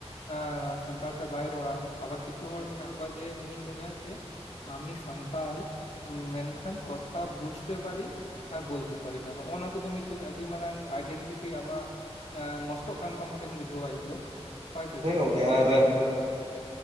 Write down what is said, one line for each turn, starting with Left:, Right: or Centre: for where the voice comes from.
Left: ᱟᱸ ᱥᱟᱱᱛᱟᱲ ᱛᱮ ᱵᱟᱭ ᱨᱚᱲᱟ, ᱟᱵᱟᱨ ᱠᱤᱪᱷᱩ ᱦᱚᱲ ᱢᱮᱱᱟᱜ
Right: ᱦᱮᱸ
Left: ᱠᱚᱣᱟ ᱡᱮ ᱩᱱᱤ ᱢᱮᱱᱟ ᱡᱮ ᱟᱢᱤ ᱥᱟᱱᱛᱟᱞ ᱢᱮᱱᱠᱷᱟᱱ ᱠᱚᱛᱷᱟ ᱵᱩᱡᱛᱮ ᱯᱟᱨᱤ ᱟᱨ ᱵᱚᱞᱛᱮ ᱯᱟᱨᱤᱱᱟ ᱱᱚᱜᱼᱚᱱᱟ ᱠᱚᱫᱚ ᱢᱤᱫᱴᱮᱱ ᱟᱹᱰᱤ ᱢᱟᱨᱟᱝ ᱟᱭᱰᱮᱱᱴᱤ ᱴᱤᱴᱤ ᱟᱢᱟᱜ ᱟᱸ ᱱᱚᱥᱴᱚᱜ ᱠᱟᱱ ᱛᱟᱢ ᱞᱮᱠᱟᱧ ᱵᱩᱡᱷᱟᱹᱣᱟ ᱤᱧ ᱫᱚ᱾ ᱦᱳᱭ ᱥᱮᱪᱮᱫ
Right: ᱦᱮᱸ ᱜᱚᱝᱠᱮ
Left: ᱱᱚᱣᱟ
Right: ᱟᱨ
Left: ᱵᱮᱯᱟᱨ ᱛᱮ ᱟᱢ ᱪᱮᱫ ᱮᱢ ᱢᱮᱱᱟ?